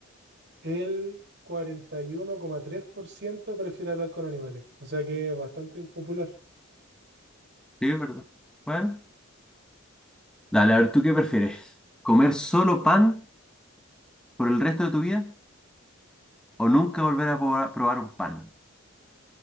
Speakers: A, on the right; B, in the centre.
A: el 41,3% prefiere hablar con animales, o sea que es bastante impopular.
B: Sí, es verdad. Bueno. Dale, a ver, ¿tú qué prefieres? ¿Comer solo pan por el resto de tu vida o nunca volver a probar, probar un pan?